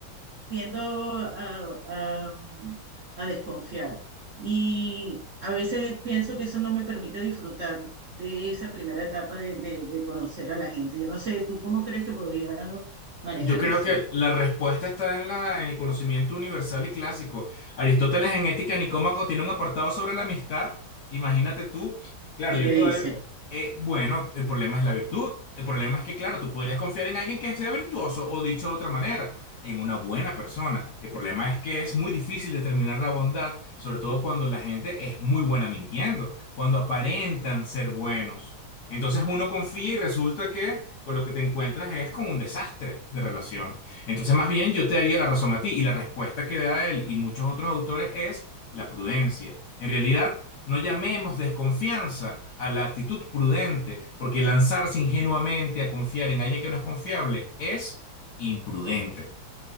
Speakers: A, on the right; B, on the left.
A: tiendo a, a- a desconfiar y a veces pienso que eso no me permite disfrutar de esa primera etapa de, de- de conocer a la gente. Yo no sé, ¿tú cómo crees que podría manejar
B: Yo creo
A: eso?
B: que la respuesta está en la, en el conocimiento universal y clásico. Aristóteles en Ética Nicómaco tiene un apartado sobre la amistad. Imagínate tú, claro,
A: ¿Y
B: yo
A: qué
B: todavía,
A: dice?
B: eh, bueno, el problema es la virtud. El problema es que, claro, tú podrías confiar en alguien que sea virtuoso o dicho de otra manera, en una buena persona. El problema es que es muy difícil determinar la bondad, sobre todo cuando la gente es muy buena mintiendo, cuando aparentan ser buenos. Entonces uno confía y resulta que con lo que te encuentras es con un desastre de relación. Entonces más bien yo te daría la razón a ti y la respuesta que da él y muchos otros autores es la prudencia. En realidad, no llamemos desconfianza a la actitud prudente, porque lanzarse ingenuamente a confiar en alguien que no es confiable es imprudente.